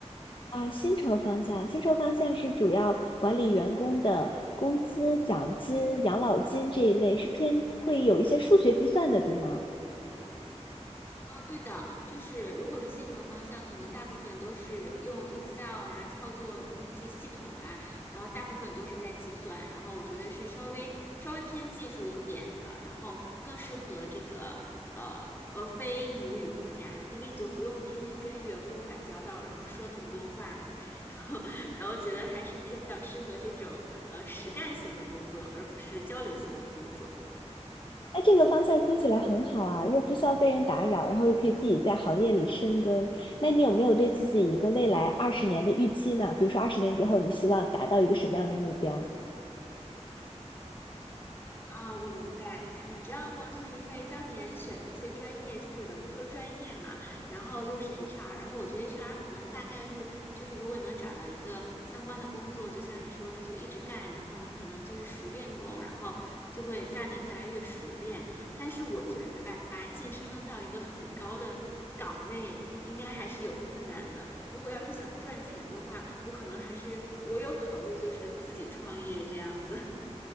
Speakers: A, on the left; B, on the left.
A: 啊，薪酬方向，薪酬方向是主要管理员工的工资、奖金、养老金这一类，是偏会有一些数学计算的，对吗？
B: 哦，对的，就是如果是薪酬方向，可能大部分都是用 Excel 啊，操作那些系统啊，然后大部分都是在计算，然后我觉得是稍微稍微偏技术一点的，然后更适合这个呃呃非母语国家，因为你就不用天天跟员工打交道，然后说那么多话，然后 <laughs> 然后觉得还是比较适合这种呃实干型的工作，而不是交流型的工作。
A: 哎，这个方向听起来很好啊，又不需要被人打扰，然后又可以自己在行业里深耕。那你有没有对自己一个未来二十年的预期呢？比如说二十年之后，你希望达到一个什么样的目标？
B: 啊，我明白。哎，你知道吗？就是因为当年选的这些专业就是文科专业嘛，然后又是 HR，然后我觉得 HR 可能大概率就是，如果你能找到一个相关的工作，就像你说的，就一直干，然后你可能就是熟练工，然后就会干得越来越熟练。但是我觉得吧，晋升到一个很高的岗位，应该还是有困难的。如果要是想赚钱的话，我可能还是我有考虑，就是自己创业这样子。<laughs>